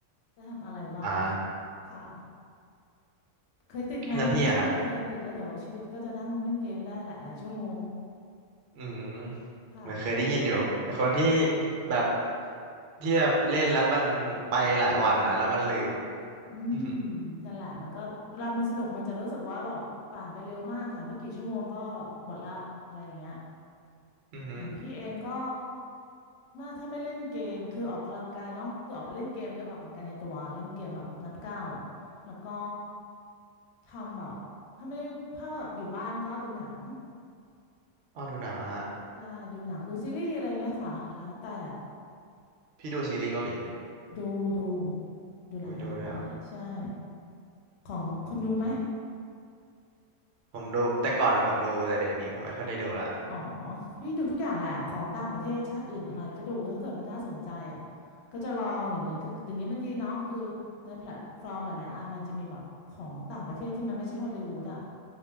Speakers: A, on the left; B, on the right.
A: ได้ทำอะไรบ้าง
B: อ่า
A: ค่ะ เคยติดไงไม่ใช่ไม่เคยติดแล้วเดี๋ยวชีวิตก็จะนั่งเล่นเกมได้หลายๆชั่วโมง
B: แล้วพี่อะฮะอืม
A: ค่ะ
B: เหมือนเคยได้ยินอยู่ไอคนที่แบบที่แบบเล่นแล้วมันไปหลายวันนะแล้วมันลืม
A: อืม
B: <laughs> อื
A: นั่นแหละมันก็เวลามันสนุกมันจะรู้สึกว่าแบบผ่านไปเร็วมากค่ะไม่กี่ชั่วโมงก็หมดละอะไรอย่างเงี้ย
B: อ <laughs> ฮึ
A: อย่างพี่เองก็น่าถ้าไม่เล่นเกมคือออกกำลังกายเนาะคือออกไปเล่นเกมเดี๋ออกกำลังกายในตัวเล่นเกมแบบนับก้าวอ่ะแล้วก็ทำแบบถ้าไม่ถ้าแบบอยู่บ้านก็ดูหนัง
B: อ๋อดูหนังเหรอฮะ
A: ใช่ดูหนังดูซีรีส์อะไรอย่างเงี้ยค่ะแล้วแต่
B: พี่ดูซีรีส์เกาหลีไหม
A: ดูดูดูหลายอย่างเลยใช่
B: โอ้ยดูด้วยเหรอ
A: ของคนดูไหม
B: อืมผมดูแต่ก่อนอะผมดูแต่เดี๋ยวนี้ผมไม่ค่อยได้ดูละ
A: อ๋อพี่ดูทุกอย่างแหละของต่างประเทศชาติอื่นอะไรก็ดูถ้าเกิดมันน่าสนใจอ่ะก็จะลองเดี๋ยวนี้ก็เดี๋ยวนี้มันดีเนาะคือในแพลตฟอร์มหลายๆอันมันจะมีแบบของต่างประเทศที่มันไม่ใช่ฮอลลีวูดอ่ะ